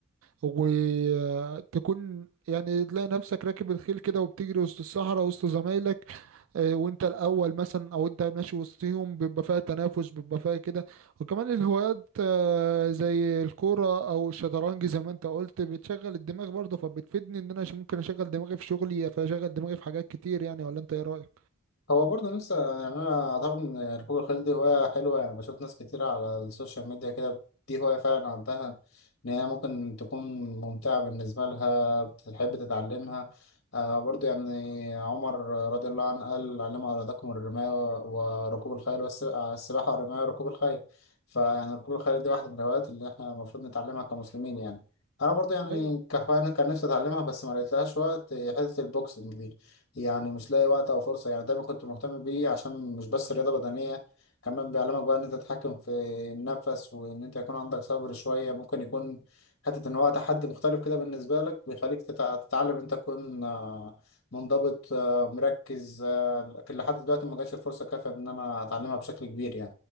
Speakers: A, on the right (about 70°); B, on the left (about 55°).
A: وتكون يعني تلاقي نفسك راكب الخيل كده وبتجري وسط الصحراء وسط زمايلك آه، وانت الاول مثلا او انت ماشي وسطهم بيبقى فيها تنافس بيبقى فيها كده وكمان الهوايات آه، زي الكوره او الشطرنج زي ما انت قلت بتشغل الدماغ برضه فبتفيدني ان انا ش- ممكن اشغل دماغي في شغلي فاشغل دماغي في حاجات كتير يعني ولا انت ايه رايك
B: هو برضه نفسي يعني انا اعتقد ان ركوب الخيل دي هوايه حلوه يعني بشوف ناس كتير على السوشيال ميديا كده دي هوايه فعلا عندها ان هي ممكن تكون ممتعه بالنسبه لها بتحب تتعلمها آه برضه يعني عمر رضي الله عنه قال علموا اولادكم الرمايه وركوب الخيل والس- آه، السباحه والرمايه وركوب الخيل فيعني ركوب الخيل دي واحده من الهوايات اللي احنا المفروض نتعلمها كمسلمين يعني انا برضه يعني
A: ايوه
B: كهوايه أنا كان نفسي اتعلمها بس ما لقيتلهاش وقت حته البوكسنج دي يعني مش لاقي وقت او فرصه يعني دايما كنت مهتم بيه عشان مش بس رياضه بدنيه كمان بيعلمك بقى ان انت تتحكم في النفس وان انت يكون عندك صبر شويه ممكن يكون حته ان هو تحدي مختلف كده بالنسبه لك بيخليك تتع- تتعلم ان انت تكون آه، منضبط آه، مركز آه، لكن لحد دلوقتي ما جاتش الفرصه كافيه ان انا اتعلمها بشكل كبير